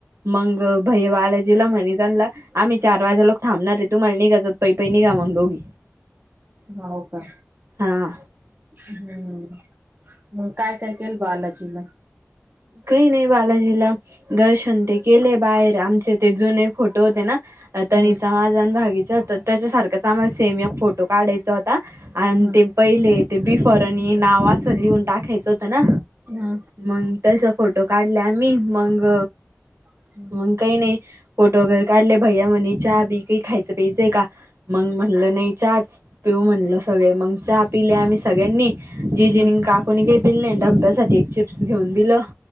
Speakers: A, on the right; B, on the right.
A: मग भैया बालाजीला म्हणे त्यांनला आम्ही चार वाजे लोक थांबणार आहे. तुम्हाला निघाच पै पै निघा मग दोघी.
B: हो का,
A: हा
B: हम्म, मग काय काय केलं बालाजीला?
A: काही नाही बालाजीला दर्शन ते केले बाहेर आमचे ते जुने फोटो होते ना, तनीचा
B: हम्म
A: माझण भागीचा होता तशासारखंच आम्हाला सेम एक फोटो काढायचा. च होता. आणि
B: हम्म
A: ते पहिले ते बि फॉरनी नाव असं लिहून टाकायचं होतं ना,
B: हा,
A: मग तसं फोटो काढले आम्ही मग
B: ह
A: मग काही नाही फोटो वगैरे काढले भैया म्हणे चहा बी ते खायचं प्यायचंय का? मग म्हणलं नाही चाच पिऊ म्हणलं सगळे मग चहा पिले आम्ही सगळ्यांनी. जीजिनी
B: हम्म
A: काकूणी काही पिले नाही. डंब्यासाठी चिप्स घेऊन दिलं.